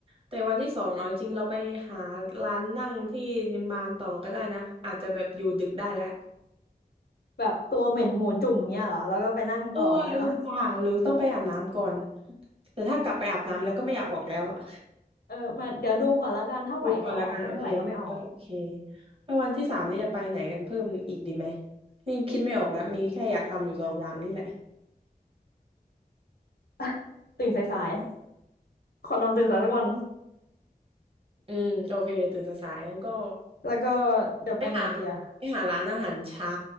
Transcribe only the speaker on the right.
แต่วันที่สองเอาจริงๆเราไปหาร้านนั่งที่นิมมานต่อก็ได้นะอาจจะแบบอยู่ดึกได้แล้ว
เออว่าลืมไปหาหรือต้องไปอาบน้ำก่อนแต่ถ้ากลับไปอาบน้ำแล้วก็ไม่อยากออกแล้วอ่ะ
ดูก่อนแล้วกันโอเคเออโอเคแล้ววันที่สามนี่จะไปไหนกันเพิ่มอีกดีไหมนี่คิดไม่ออกแล้วมีแค่อยากทำอยู่สองอย่างนี่แหละ
อืมโอเคตื่นสายๆงั้นก็
ไปหาไปหาร้านอาหารเช้า